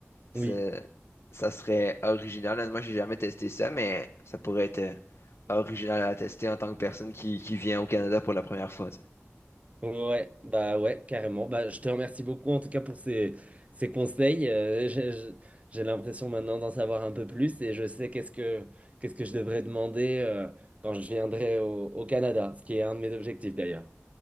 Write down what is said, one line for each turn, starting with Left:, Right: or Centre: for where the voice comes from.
Left: C'est-
Right: Oui,
Left: Ça serait original. Honnêtement, j'ai jamais testé ça, mais ça pourrait être euh, original à tester en tant que personne qui, qui vient au Canada pour la première fois. tu sais.
Right: ouais, bah ouais, carrément. Bah, je te remercie beaucoup en tout cas pour ces, ces conseils. Euh, j'ai j'ai- j'ai l'impression maintenant d'en savoir un peu plus et je sais qu'est-ce que, qu'est-ce que je devrais demander euh, quand je viendrai au, au Canada, ce qui est un de mes objectifs d'ailleurs.